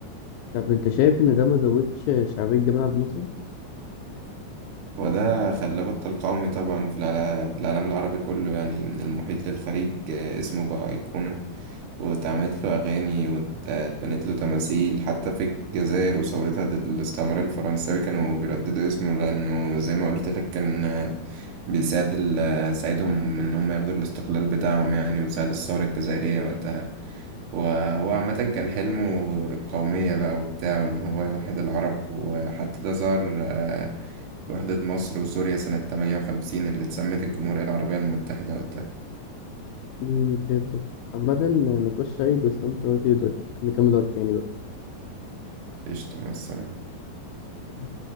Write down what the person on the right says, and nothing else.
وده خلى بطل قومي طبعا في العلا- في العالم العربي كله يعني من المحيط للخليج آه، اسمه بقى أيقونة واتعملت له أغاني واتبنت له تماثيل حتى في الجزائر وثورتها ضد الاستعمار الفرنساوي كانوا بيرددوا اسمه لأنه زي ما قلت لك كان آه، بيساعد ال- ساعدهم إن هم ياخدوا الاستقلال بتاعهم يعني وساعد الثورة الجزائرية وقتها وهو عامة كان حلمه القومية بقى وبتاعه إن هو يوحد العرب وحتى ده ظهر آه، وحدة مصر وسوريا سنة 58 اللي اتسمت الجمهورية العربية المتحدة وقتها
قشطة مع السلامة